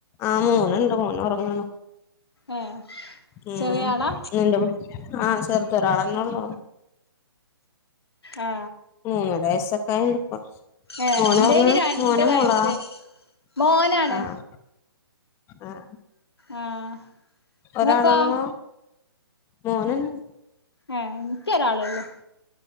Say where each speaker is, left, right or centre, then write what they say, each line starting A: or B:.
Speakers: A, on the left; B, on the left.
A: ആഹ് മോനുണ്ട് മോ ഒറങ്ങുണു
B: ഏ
A: ഉം
B: ചെറിയ ആളാ
A: <unintelligible> ആ ചെർ ച്ചൊരാളന്നെള്ളൂ
B: ആ
A: മൂന്നര വയസൊക്കെ ആയിണ്ട്പ്പൊ
B: ഏ
A: മോനൊറങ്ങാ
B: ഇന്റെന് രണ്ട്
A: മോന
B: വയസ്സ്
A: മോളാ
B: മോനാണ്
A: ആഹ് ആഹ്
B: ആഹ്
A: ഒരാളൊള്ളൂ
B: ങ്ങക്കോ
A: മോനന്നെ
B: ഏഹ് ഇൻക്കൊരാളൊള്ളൂ